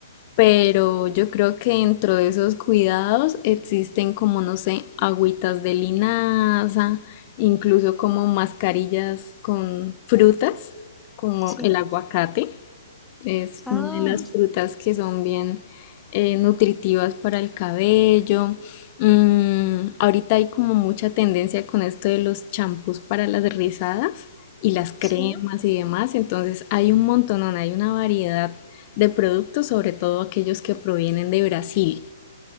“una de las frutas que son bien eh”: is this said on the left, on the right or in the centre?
Left